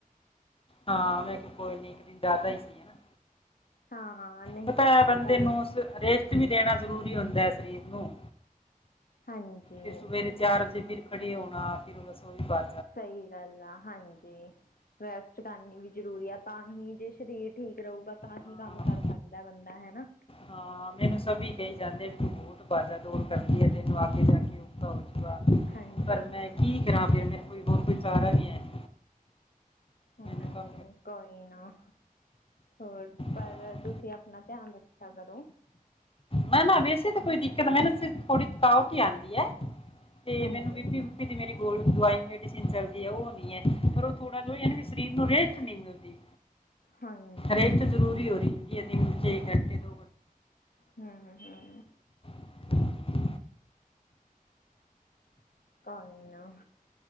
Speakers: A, on the left; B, on the left.
A: ਹਾਂ ਮੈਂ ਕਿਯਾ ਕੋਈ ਨੀ ਇੱਕ ਦਿਨ ਜ਼ਾਦਾ ਈ ਸਈ ਹੈਨਾ
B: ਹਾਂ ਨਹੀਂ
A: ਪਤਾ
B: ਤਾਂ ਕੱਲ
A: ਏ ਬੰਦੇ
B: ਕਰ
A: ਨੂੰ
B: ਲੈਣੀ
A: ਸ ਰੇਸ ਰੇਸਟ ਵੀ ਦੇਣਾ ਜ਼ਰੂਰੀ ਹੁੰਦਾ ਏ ਸਰੀਰ ਨੂੰ,
B: ਹਾਂਜੀ
A: ਫਿਰ ਸਵੇਰੇ ਚਾਰ ਵਜੇ ਫਿਰ ਖੜੇ ਹੋਣਾ ਫਿਰ ਰਸੋਈ ਦਾ
B: ਸਹੀ ਗੱਲ ਆ ਹਾਂਜੀ, ਰੈਸਟ ਕਰਨੀ ਵੀ ਜ਼ਰੂਰੀ ਆ ਤਾਂ ਹੀ ਜੇ ਸ਼ਰੀਰ ਠੀਕ ਰਉਗਾ ਤਾਂਹੀ
A: ਹਾਂ
B: ਕੰਮ
A: ਹਾਂ
B: ਕਰ ਸਗਦਾ ਬੰਦਾ ਹੈਨਾ।
A: ਹਾਂ ਮੈਨੂੰ ਸਬੀ ਕਹੀ ਜਾਂਦੇ ਵੀ ਤੂੰ ਬੋਤ ਬਾਜ਼ਾ ਦੌੜ ਕਰਦੀਏ ਤੈਨੂੰ ਆਗੇ ਜਾ ਕੇ ਉਖਾ ਹੋ ਉਗਾ
B: ਹਾਂਜੀ
A: ਪਰ ਮੈਂ ਕੀ ਕਰਾਂ ਫਿਰ ਮੇਰੇ ਕੋਈ ਹੋਰ ਕੋਈ ਚਾਰਾ ਵੀ ਹੈਨੀ
B: ਹੂੰ
A: ਕੰਮ ਕਰ
B: ਕੋਈ ਨਾ ਹੋਰ ਪਰ
A: ਹਾਂ।
B: ਤੁਸੀਂ ਆਪਨਾ ਧਿਆਨ ਰੱਖਿਆ ਕਰੋ
A: ਨਾ, ਨਾ ਵੈਸੇ ਤਾਂ
B: ਜੀ
A: ਕੋਈ ਦਿੱਕਤ, ਮੈਨੂੰ ਥੋੜੀ ਥਕਾਓਟ ਈ ਆਂਦੀ ਏ ਤੇ
B: ਹਾਂਜੀ
A: ਮੈਨੂੰ ਬੀਪੀ ਦੀ ਮੇਰੀ ਗੋਲੀ ਦਵਾਈ ਮੈਡੀਸਿਨ ਚਲਦੀ ਏ, ਉਹ ਔ ਨੀ ਏ, ਪਰ ਉ ਥੋੜਾ ਜੋ ਐਨ ਵੀ ਸਰੀਰ ਨੂੰ ਰੇ ਰੈਸੱਟ ਨਈ ਮਿਲਦੀ,
B: ਹਾਂਜੀ
A: ਰੈਸਟ ਜ਼ਰੂਰੀ ਹੋ ਰਿੰਦੀ ਏ ਦਿਨ ਵਿਚ ਏਕ ਘੰਟੇ ਦੋ
B: ਹਾਂ ਹਾਂ ਹਾਂ
A: ਹਾਂਜੀ
B: ਕੋਈ ਨਾ